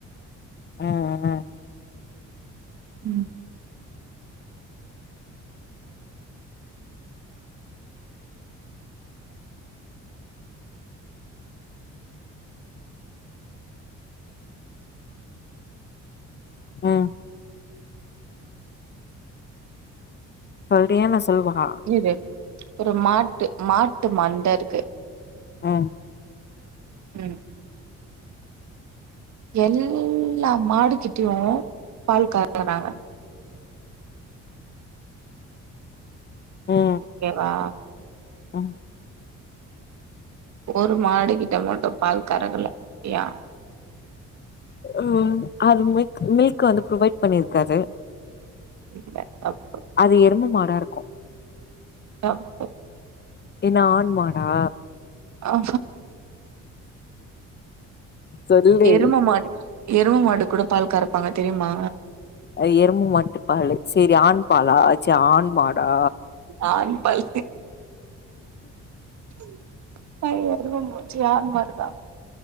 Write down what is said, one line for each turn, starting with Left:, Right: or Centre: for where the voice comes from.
Left: ஆ ஆ
Right: ம்
Left: ம் சொல்றியா நா சொல்வா
Right: இரு ஒரு மாட்டு மாட்டு மந்தருக்கு ‌
Left: ம்
Right: ம் எல்லா மாடுக்கிட்டியு பால் கறக்குறாங்க
Left: ம்
Right: ஓகேவா
Left: ஆ
Right: ஒரு மாடு கிட்ட மட்டு பால் கறக்கல யா
Left: ஆ அது மில்க் மில்க் வந்து ப்ரொவைட் பண்ணிருக்காது
Right: இல்ல தப்பு
Left: அது எரும மாடாருக்கு
Right: தப்பு
Left: என்ன ஆண் மாடா
Right: ஆ
Left: சொல்லு
Right: எரும மாடு எரும மாடு கூட பால் கறப்பாங்க தெரிமா
Left: ஆ எரும மாட்டு பால் செரி ஆண் பாலா ச்சீ ஆண் மாடா
Right: ஆண் பால் <unintelligible> எரும மா ச்சீ ஆண் மாடு தா